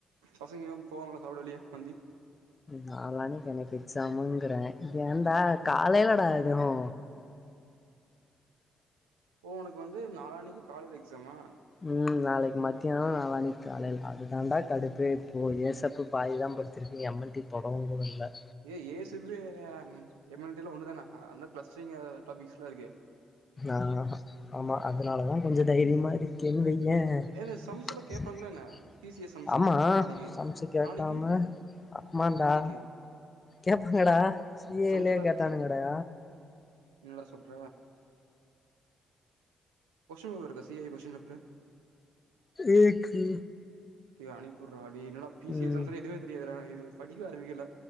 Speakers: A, on the right; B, on the left.
A: பசங்க எங்கயு போவாங்களா சாப்பிட வெளிய மந்தி
B: நாளானைக்கு எனக்கு எக்ஸாமுங்கறே ஏன்டா காலையிலடா அதும்
A: ஓ உனக்கு வந்து நாலானைக்கு காலேல எக்ஸாமா
B: உம் நாளைக் மத்தியான நாளானைக்கு காலையில அது தாண்டா கடுப்பே போ ஏசப்பு பாதி தா படிச்சுருக்கு எம்என்டி தொடவுங் கூட இல்ல
A: ஏய் ஏசிபி எம்என்டி எல்லா ஒண்ணுதானா அந்த கிளஸ்ட்ரிங்க டாபிக்ஸ்லா இருக்கே
B: ஆஹ் ஆமா அதனாலதா கொஞ்சோ தைரியமா <unintelligible>
A: ஏ சம்ஸ் எல்லா கேப்பாங்களா என்ன பி சி எஸ் சம்ஸ்
B: ஆமா
A: எல்லா நாளைக்கு
B: சம்ஸ்சு கேக்காம
A: நாளைக்கு
B: அமான்டா
A: நாளைக்கு
B: கேப்பாங்கடா சி ஏ
A: சம்ஸ்லா
B: லயே
A: இருக்கு
B: கேட்டானுங்கடா
A: என்னடா சொல்ற கொஸ்டின் பேப்பர் ருக்கா சி ஏ கொஸ்டின் பேப்ரு
B: ஏக்கு
A: டேய் அனுப்பிவிட்றா டேய் என்னடா பீஸேசன்
B: ம்
A: சொல்லி எதுவுமே தெரியாதுடா இது <unintelligible> படிக்க ஆரம்பிக்கல